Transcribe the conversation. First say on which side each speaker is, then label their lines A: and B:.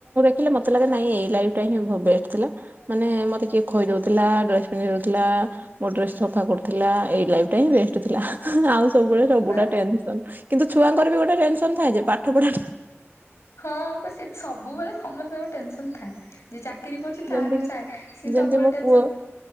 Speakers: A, on the right; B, on the left.
A: ହେଲେ ମତେ ଲାଗେ ନାଇଁ ଏଇ ଲାଇଫ୍ ଟା ହିଁ ବେଷ୍ଟ ଥିଲା। ମାନେ ମତେ କିଏ ଖୋଇ ଦଉଥିଲା ଡ୍ରେସ୍ ପିନ୍ଧେଇଦଉଥିଲା, ମୋ ଡ୍ରେସ୍ ସଫା କରୁଥିଲା ଏଇ ଲାଇଫ୍ ଟା ହିଁ ବେଷ୍ଟ ଥିଲା। ଆଉ ସବୁବେଳେ
B: ହଁ
A: ସବୁ
B: ବା
A: ଟା ଟେନସନ୍। କିନ୍ତୁ ଛୁଆଙ୍କର ବି ଗୋଟେ ଟେନସନ୍ ଥାଏ ଯେ ପାଠ ପଢା
B: ହଁ ବା ସେ ସବୁବେଳେ ସମସ୍ତଙ୍କର ଟେନସନ୍ ଥାଏ। ଯିଏ ଚାକିରି କରୁଚି ତାର
A: ଯେମିତି
B: ବି
A: କିି
B: ଥାଏ। ସିଏ
A: ଯେମିତି
B: ସବୁବେଳେ
A: ମୋ
B: ଟେନସନ୍।
A: ପୁଅ